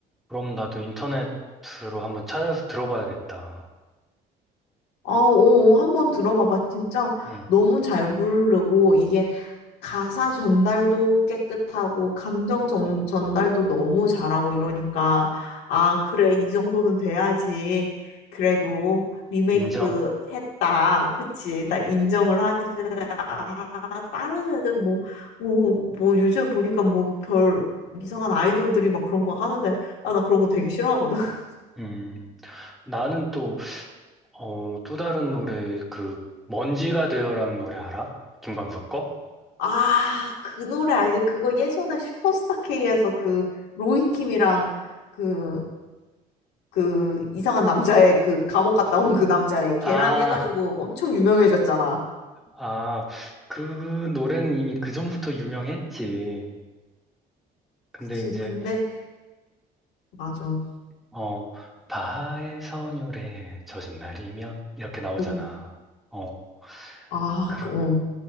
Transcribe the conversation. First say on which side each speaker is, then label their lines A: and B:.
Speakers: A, in the centre; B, on the left.
A: 그럼 나도 인터넷으로 한번 찾아서 들어봐야겠다.
B: 아, 오, 오, 한번 들어봐봐. 진짜
A: 응
B: 너무 잘 부르고, 이게 가사 전달도 깨끗하고 감정 전, 전달도 너무 잘하고 이러니까 아 그래 이 정도는 돼야지 그래도 리메이크
A: 인정?
B: 했다 그치 나 인정을 하자 아, 다른 애들 뭐 뭐 뭐 요즘 보니까 뭐 별 이상한 아이돌들이 막 그런 거 하는데 아 나 그런 거 되게 싫어하거든 <laughs>
A: 음. 나는 또, 어, 또 다른 노래, 그, 먼지가 되어라는 노래 알아? 김광석 거?
B: 아 그 노래 알지 그거 예전에 슈퍼스타 K에서 그 로이킴이랑 그 그 이상한 남자의 그 감옥 갔다 온 그 남자의 걔랑
A: 아.
B: 해가지고 엄청 유명해졌잖아.
A: 아, 그 노래는 이미 그전부터 유명했지. 근데
B: 그치.
A: 이제,
B: 근데 맞아.
A: 어, 바하의 선율에 젖은 날이면 이렇게 나오잖아.
B: 어.
A: 어,
B: 아,
A: 그러면
B: 그, 어.